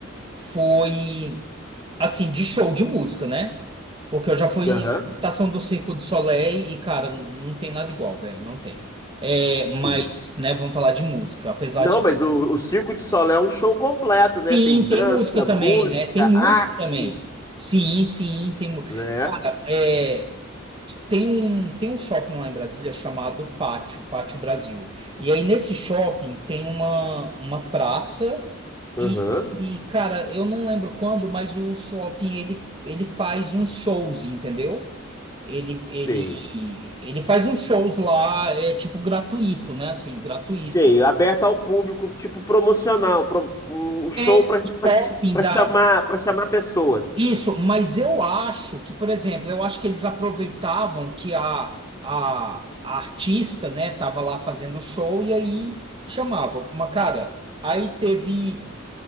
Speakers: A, on the right (about 25°); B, on the left (about 15°).
A: foi, assim, de show de música, né? Porque eu já fui
B: ir.
A: em
B: Aham,
A: apresentação do Circo do Soleil e, cara, não tem nada igual, velho, não tem. É, mas,
B: sim.
A: né, vamos falar de música, apesar
B: Não,
A: de.
B: mas o, o Circo de Solé é um show completo, né?
A: Sim,
B: Tem dança,
A: tem música também,
B: música,
A: né? Tem música
B: arte.
A: também. Sim, sim, tem. mu-
B: né?
A: É. Tem um, tem um shopping lá em Brasília chamado Pátio, Pátio Brasil. E aí nesse shopping tem uma, uma praça
B: Aham,
A: e, e, cara, eu não lembro quando, mas o shopping ele, ele faz uns shows, entendeu? Ele, ele,
B: sei.
A: ele faz uns shows lá, é tipo gratuito, né? Assim, gratuito.
B: Sei, aberto ao público, tipo promocional, pro- um um show
A: É,
B: para
A: shopping dá,
B: chamar, para chamar pessoas.
A: Isso, mas eu acho que, por exemplo, eu acho que eles aproveitavam que a, a, a artista, né, tava lá fazendo show e aí chamavam. Mas, cara, aí teve,